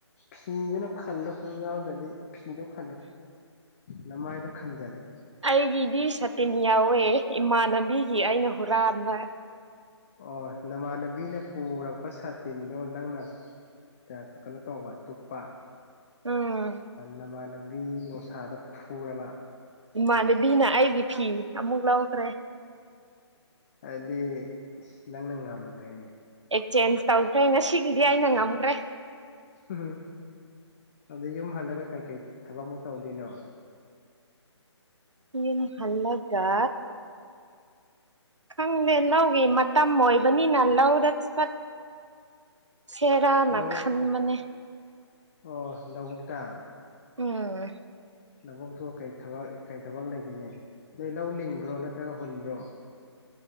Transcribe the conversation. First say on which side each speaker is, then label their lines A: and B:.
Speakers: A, on the left (about 30°); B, on the right (about 80°).
A: ꯐꯤꯗꯨꯅ ꯈꯜꯂꯣ ꯅꯪ ꯌꯥꯎꯗ꯭ꯔꯗꯤ ꯐꯤꯗꯣ ꯈꯜꯂꯣ ꯅꯃꯥꯏꯗꯨ ꯈꯟꯖꯜꯂꯨ
B: ꯑꯩꯒꯤꯗꯤ ꯁꯥꯇꯤꯟ ꯌꯥꯎꯋꯦ ꯏꯃꯥꯟꯅꯕꯤꯒꯤ ꯑꯩꯅ ꯍꯨꯔꯥꯟꯕ
A: ꯑꯣ ꯅꯃꯥꯟꯅꯕꯤꯅ ꯄꯨꯔꯛꯄ ꯁꯥꯇꯤꯟꯗꯣ ꯅꯪꯅ ꯀꯩꯅꯣ ꯇꯧꯕ ꯇꯨꯞꯄ
B: ꯎꯝ
A: ꯅꯃꯥꯟꯅꯕꯤ ꯅꯨꯡꯁꯥꯗ ꯐꯨꯔꯕ
B: ꯏꯃꯥꯅꯕꯤꯅ ꯑꯩꯒꯤ ꯐꯤ ꯑꯃꯨꯛ ꯂꯧꯈ꯭ꯔꯦ
A: ꯑꯗꯨꯗꯤ ꯅꯪꯅ ꯉꯝꯈ꯭ꯔꯦꯅꯦ
B: ꯑꯦꯛ ꯆꯦꯟꯖ ꯇꯧꯗ꯭ꯔꯦ ꯉꯁꯤꯒꯤꯗꯤ ꯑꯩꯅ ꯉꯝꯈ꯭ꯔꯦ
A: ꯎꯝ ꯑꯗꯨ ꯌꯨꯝ ꯍꯜꯂꯒ ꯀꯩꯀꯩ ꯊꯕꯛꯃꯨꯛ ꯇꯧꯗꯣꯏꯅꯣ
B: ꯌꯨꯝ ꯍꯥꯜꯂꯒ ꯈꯪꯗꯦ ꯂꯧꯒꯤ ꯃꯇꯝ ꯑꯣꯏꯕꯅꯤꯅ ꯂꯧꯗ ꯆꯠ ꯁꯦꯔꯥꯟꯅꯥ
A: ꯂꯧ
B: ꯈꯥꯟꯕꯅꯦ
A: ꯑꯣ ꯂꯧꯕꯣꯛꯇ
B: ꯎꯝ
A: ꯂꯧꯕꯛꯇꯨ ꯀꯩ ꯊꯕꯛ ꯀꯩ ꯊꯕꯛ ꯂꯩꯒꯦꯅꯦ ꯅꯣꯏ ꯂꯧ ꯂꯤꯡꯕ꯭ꯔꯣ ꯅꯠꯇ꯭ꯔꯒ ꯍꯨꯟꯕ꯭ꯔꯣ